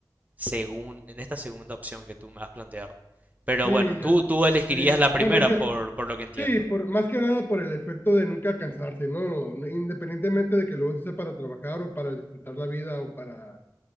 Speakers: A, on the right (about 20°); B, on the left (about 30°).
A: segun- en esta segunda opción que tú me has planteado. Pero
B: sí,
A: bueno,
B: yo-
A: tú, tú elegirías
B: eh,
A: la primera
B: bueno, es que
A: por, por lo que entiendo.
B: sí, por, más que nada por el efecto de nunca cansarse, ¿no? No, Independientemente de que lo uses para trabajar o para disfrutar la vida o para